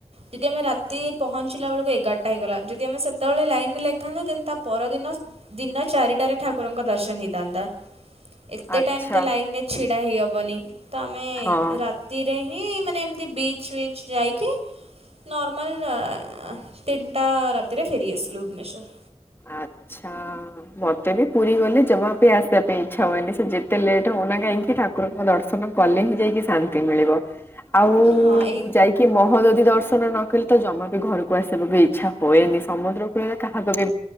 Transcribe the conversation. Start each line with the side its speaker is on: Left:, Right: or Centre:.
Right: ଯଦି ଆମେ ରାତି ପହଞ୍ଚିଲା ବେଳକୁ ଏଗାରଟା ହେଇଗଲା ଯଦି ଆମେ ସେତେବେଳେ ଲାଇନ ରେ ଲାଗିଥାନ୍ତୁ ଦେନ ତା ପରଦିନ ଦିନ ଚାରିଟାରେ ଠାକୁରଙ୍କ ଦର୍ଶନ ହେଇ ହେଇ ଥାଆନ୍ତା। ଏତେ
Left: ଆଚ୍ଛା
Right: ଟାଇମ ତ ଲାଇନରେ ଛିଡା ହେଇହବନି ତ ଆମେ
Left: ହଁ।
Right: ରାତିରେ ହିଁ ମାନେ ଏମିତି ବିଚ୍ ବିିଚ୍ ଯାଇକି ନର୍ମାଲ ତିନଟା ରାତିରେ ଫେରି ଆସିଲୁ ଭୁବନେଶ୍ୱର।
Left: ଆଛା, ମୋତେ ବି ପୁରୀ ଗଲେ ଜମା ବି ଆସିବା ପାଇଁ ଇଛା ହୁନି ସେ ଯେତେ ଲେଟ୍ ହଉନା କହିଁକି ଠାକୁରଙ୍କ ଦର୍ଶନ କଲେ ହିଁ ଯାଇ ଶାନ୍ତି ମିଳିବ ଆଉ
Right: ହଁ ଏଇ
Left: ଯାଇକି ମହ ଯଦି ଦର୍ଶନ ନ କଲେ ତ ଜମା ବି ଘରକୁ ଆସିବାକୁ ଇଚ୍ଛା ହୁଏନି। ସମୁଦ୍ର କୂଳରେ କାହାକୁ ବି